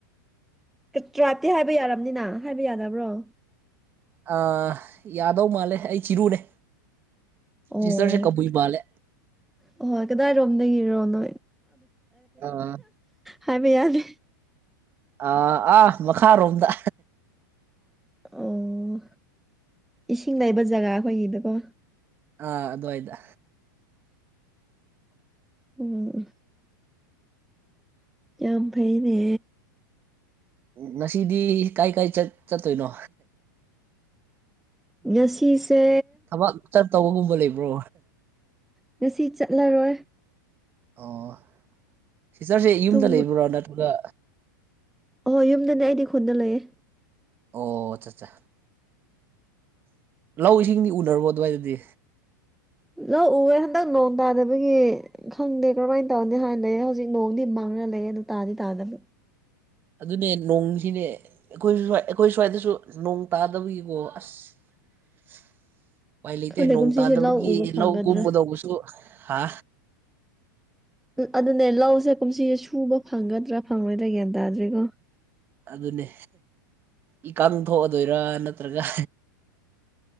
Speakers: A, in the centre; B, on the right.
A: ꯇ꯭ꯔꯥꯏꯞꯇꯤ ꯍꯥꯏꯕ ꯌꯥꯔꯕꯅꯤꯅ ꯍꯥꯏꯕ ꯌꯥꯗꯕ꯭ꯔꯣ
B: ꯑ ꯌꯥꯗꯧ ꯃꯥꯜꯂꯦ ꯑꯩ ꯆꯤꯔꯨꯅꯦ
A: ꯑꯣ
B: ꯁꯤꯁꯇꯔꯁꯦ ꯀꯕꯨꯏ ꯃꯥꯜꯂꯦ
A: ꯑꯣ ꯀꯗꯥꯏ ꯗ ꯀꯤꯔꯣꯔꯅ
B: ꯑꯥ
A: ꯍꯥꯏꯕ ꯌꯥꯗꯦ
B: ꯑꯥ ꯑꯥ ꯃꯈꯥꯔꯣꯝꯗ
A: ꯑꯣ ꯏꯁꯤꯡ ꯂꯩꯕ ꯖꯒꯥ ꯑꯩꯈꯣꯏꯒꯤꯗꯀꯣ
B: ꯑ ꯑꯗꯨꯗ ꯍꯣꯏꯗ
A: ꯎꯝ ꯌꯥꯝ ꯐꯩꯅꯦ
B: ꯉꯁꯤꯗꯤ ꯀꯥꯏ ꯀꯥꯏ ꯆꯠꯇꯣꯏꯅꯣ
A: ꯉꯁꯤꯁꯦ
B: ꯊꯕꯛ ꯆꯠ ꯇꯧꯕꯒꯨꯝꯕ ꯂꯩꯕ꯭ꯔꯣ
A: ꯉꯁꯤ ꯆꯠꯂꯔꯣꯏ
B: ꯑꯣ ꯁꯤꯆꯔꯁꯦ ꯌꯨꯝꯗ
A: ꯇꯨꯝ
B: ꯂꯩꯕ꯭ꯔꯣ ꯅꯠꯇ꯭ꯔꯒ
A: ꯑꯍꯣꯏ ꯌꯨꯝꯗꯅꯦ ꯑꯩꯗꯤ ꯈꯨꯗ ꯂꯩꯌꯦꯦ
B: ꯑꯣ ꯑꯆꯥ ꯑꯠꯆꯥ ꯂꯧ ꯏꯁꯤꯡꯗꯤ ꯎꯅꯔꯕꯣ ꯑꯗꯨꯋꯥꯏꯗꯗꯤ
A: ꯂꯧꯥꯛꯎꯋꯦ ꯍꯟꯗꯛ ꯅꯣꯡ ꯇꯥꯗꯕꯒꯤ ꯈꯪꯗꯦ ꯀꯔꯝꯍꯥꯏꯅ ꯇꯧꯅꯤ ꯍꯥꯏꯥꯟꯅ ꯂꯩ ꯍꯧꯖꯤꯛ ꯅꯣꯡꯗꯤ ꯃꯥꯡꯅ ꯂꯩ ꯑꯗꯨ ꯇꯥꯗꯤ ꯇꯥꯗꯕꯤ
B: ꯑꯗꯨꯅꯦ ꯅꯣꯡꯁꯤꯅꯦ ꯑꯩꯈꯣꯏ ꯁ ꯑꯩꯈꯣꯏ ꯁ꯭ꯋꯥꯏꯗꯁꯨ ꯅꯣꯡ ꯇꯥꯗꯕꯒꯤꯀꯣ ꯑꯁ <inaudible> <unintelligible> ꯎꯄꯥꯏ ꯂꯩꯇꯦ
A: ꯈꯪꯗꯦ
B: ꯅꯣꯡ
A: ꯀꯨꯝꯁꯤꯁꯦ
B: ꯇꯥꯗꯕꯒꯤ
A: ꯂꯧ ꯎꯕ ꯐꯪꯒꯗ꯭ꯔꯥ
B: ꯂꯧ ꯀꯨꯝꯕꯗꯧꯕꯁꯨ ꯍꯥ
A: ꯑꯗꯨꯅꯦ ꯂꯧꯁꯦ ꯀꯨꯝꯁꯤꯁꯦ ꯁꯨꯕ ꯐꯪꯒꯗ꯭ꯔꯥ ꯐꯪꯂꯣꯏꯗ꯭ꯔꯥ ꯒ꯭ꯌꯥꯟ ꯇꯥꯗ꯭ꯔꯤꯀꯣ
B: ꯑꯗꯨꯅꯦ ꯏꯀ ꯊꯣꯛꯑꯗꯣꯏꯔ ꯅꯠꯇ꯭ꯔꯒ